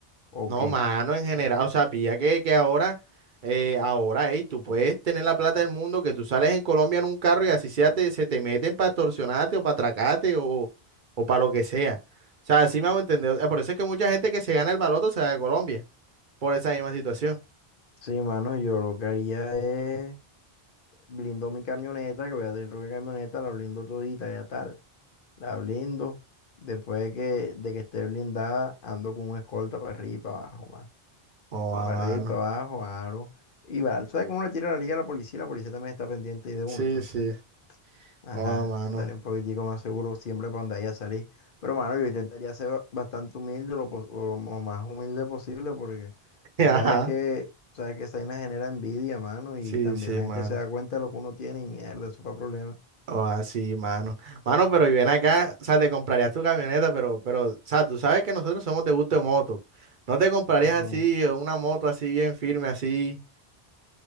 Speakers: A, on the left; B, on the right.
A: o
B: No,
A: qué.
B: mano, en general, o sea, pilla que, que ahora, eh, ahora, ey, tú puedes tener la plata del mundo, que tú sales en Colombia en un carro y así sea, te, se te meten para extorsionarte o para atracarte o, o para lo que sea. O sea, así me hago entender. O sea, Por eso es que mucha gente que se gana el baloto se va de Colombia, por esa misma situación.
A: Sí, mano, yo lo que haría es blindo mi camioneta, que voy a tener una camioneta, la blindo todita, ya tal. La blindo. Después de que, de que esté blindada, ando con un escolta para arriba y para abajo, más.
B: Oh, a
A: Para
B: mano.
A: arriba y para abajo, aro. Y va, tú sabes que uno le tira la liga a la policía, la policía también está pendiente y de uno.
B: Sí,
A: Entonces,
B: sí,
A: ajá,
B: oh, a mano.
A: andar un poquitico más seguro siempre para andar y a salir. Pero, mano, yo intentaría ser ba- bastante humilde, lo, pos- o lo más humilde posible, porque tú
B: <laughs> Ajá,
A: sabes que, tú sabes que esa vaina genera envidia, mano, y
B: sí,
A: también
B: sí,
A: la
B: mano.
A: gente se da cuenta de lo que uno tiene y mierda, eso fue problema.
B: O así, mano. Mano, pero y ven acá, o sea, te comprarías tu camioneta, pero, pero, o sea, tú sabes que nosotros somos de gusto de moto. No te comprarías
A: Ujú.
B: así, eh, una moto así bien firme, así,